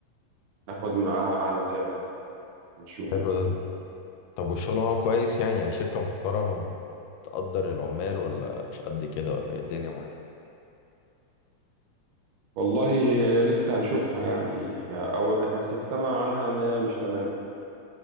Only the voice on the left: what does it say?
حلو
ده طب والشغل معاهم كويس يعني يعني شركه محترمه بتقدر العمال ولا مش قد كده ولا ايه الدنيا معاك